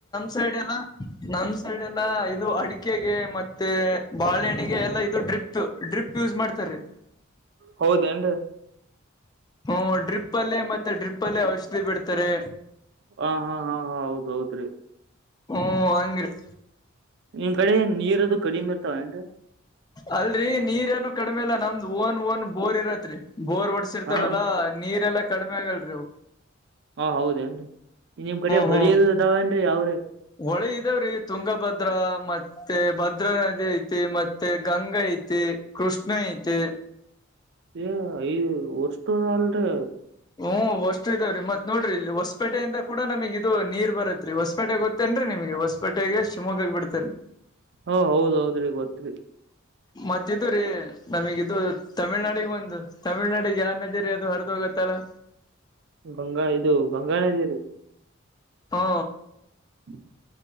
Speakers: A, on the left; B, on the right.
A: ಸೈಡ್ ಎಲ್ಲ ನಮ ಸೈಡ್ ಎಲ್ಲ ಇದು ಅಡಿಕೆಗೆ ಮತ್ತೆ ಬಾಳೆಹಣಿಗೆ ಎಲ್ಲ ಇದು ಡ್ರಿಪ್ ಡ್ರಿಪ್ ಯೂಸ್ ಮಾಡ್ತಾರೀ
B: ಹೌದೇನ್ರಿ
A: ಹ್ಮ ಡ್ರಿಪ್ ಅಲ್ಲೇ ಮತ್ತೆ ಡ್ರಿಪ್ಲ್ಲೇ ಔಷಧಿ ಬಿಡ್ತಾರೆ
B: ಹ ಹಾ ಹಾ ಹಾ ಹೌದ್ದ್ರಿ
A: ಹ್ಮ ಹಂಗ್ರರಿ
B: ನಿಮ್ ಕಡೆ ನೀರ ಅದು ಕಡಿಮ್ ಇರ್ತಾವ ಏನ್
A: ಅಲ್ರರಿ ನೀರ್ ಏನು ಕಡಿಮೆ ಅಲ್ಲಾ ನಮ್ದ್ ಓನ್ ಓನ್ ಬೋರ್ ಇರತ್ರಿ ಬೋರ್ ಒಡ್ಸಿರ್ತಾರಲ್ಲಾ
B: ಹಾ
A: ನೀರೆಲ್ಲಾ ಕಡಿಮೆ ಆಗಲ್ರರಿ ಅ
B: ಹಾ ಹೌದೇನ್ರಿ ನಿಮ್ ಕಡೆ ಹೊಳಿ
A: ಹ್ಮ್
B: ಅದಾವೇನ್ ಯಾವ್ರೀ
A: ಹೊಳಿ ಇದಾವ್ರಿ ತುಂಗಭದ್ರಾ ಮತ್ತೆ ಭದ್ರಾ ನದಿ ಐತಿ ಮತ್ತೆ ಗಂಗ ಐತಿ ಐತೆ ಕೃಷ್ಣ ಐತೆ
B: ಏ ಯ ಒಷ್ಟು ಅಲ್ರಿ
A: ಹ್ಮ್ ಅಷ್ಟು ಇದಾವ್ರೀ ಮತ್ ನೋಡರಿ ಇಲ್ಲಿ ಹೊಸಪೇಟೆಯಿಂದ ಕೂಡ ನಮಗ ಇದು ನೀರ್ ಬರತ್ ಹೊಸಪೇಟೆ ಗೊತ್ತೇನ್ರೀ ನಿಮ್ಗೆ ಹೊಸಪೇಟೆಗೆ ಶಿವಮೊಗ್ಗಾಗ ಬಿಡ್ತಾರೆ
B: ಹಾ ಹೌದೌದ್ರಿ ಗೊತ್ರಿ
A: ಮತ್ತ ಇದು ರೀ ನಮಗಿದದು ತಮಿಳ್ನಾಡಿಗೆ ಒಂದು ತಮಿಳ್ನಾಡಿಗೆ ಯಾರನದಿರಿ ಅದು ಹರಿದೋಗ ತ್ತಲ್ಲ
B: ಬಂಗಾ ಇದು ಬಂಗಾನದೀರಿ
A: ಹಾ
B: ಹ್ಮ <unintelligible>